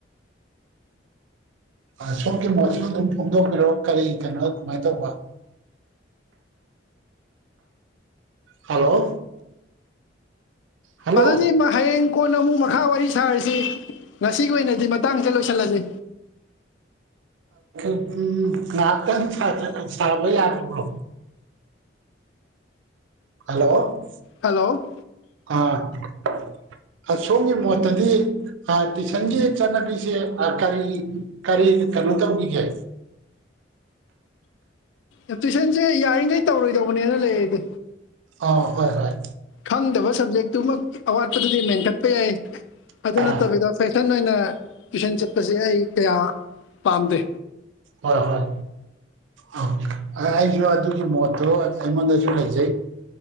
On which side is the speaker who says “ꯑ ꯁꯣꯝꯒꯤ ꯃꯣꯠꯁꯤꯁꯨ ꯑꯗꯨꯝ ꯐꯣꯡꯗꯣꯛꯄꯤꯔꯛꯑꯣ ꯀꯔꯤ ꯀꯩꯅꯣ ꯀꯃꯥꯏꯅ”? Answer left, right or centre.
Right